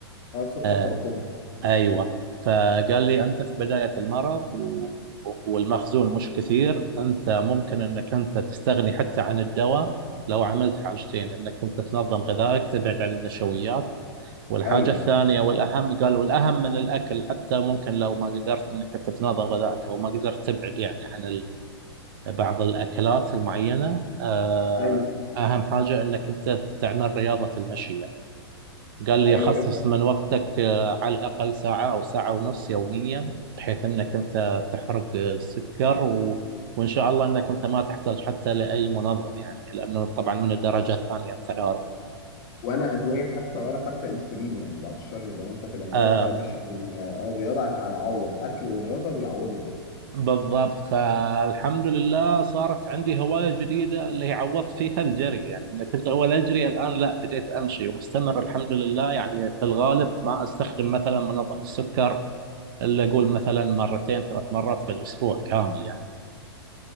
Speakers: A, on the left; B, on the right.
A: اه السكر
B: آه
A: تراكمي
B: ايوه فقال لي انت في بدايه المرض و... والمخزون مش كثير انت ممكن انك انت تستغني حتى عن الدواء لو عملت حاجتين انك انت تنظم غذائك تبعد عن النشويات والحاجه
A: ايوه
B: الثانيه والاهم قال والاهم من الاكل حتى ممكن لو ما قدرت انك انت تنظم غذائك او ما قدرت تبعد يعني عن بعض الأكلات المعينة آه،
A: ايوه
B: أهم حاجة أنك أنت تعمل رياضة المشي يعني قال لي
A: ايوه
B: خصص من وقتك آه، على الأقل ساعة أو ساعة ونص يوميا بحيث أنك أنت تحرق آه، سكر و... وإن شاء الله أنك أنت ما تحتاج حتى لأي منظم يعني لأنه طبعا من الدرجة الثانية أنت عارف
A: ولا ادويه حتى ولا حتى انسولين يعني بعد الشر لو انت تبقى خلاص
B: آه،
A: بقى ماشي من- آه، الرياضه هتعوض اكل ورياضه بيعوضوا الدنيا
B: بالضبط فالحمد لله صارت عندي هواية جديدة اللي هي عوضت فيها الجري يعني أنا كنت أول أجري الآن لا بديت أمشي ومستمر الحمد لله يعني في الغالب ما أستخدم مثلا منظم السكر إلا أقول مثلا مرتين ثلاث مرات بالأسبوع كامل يعني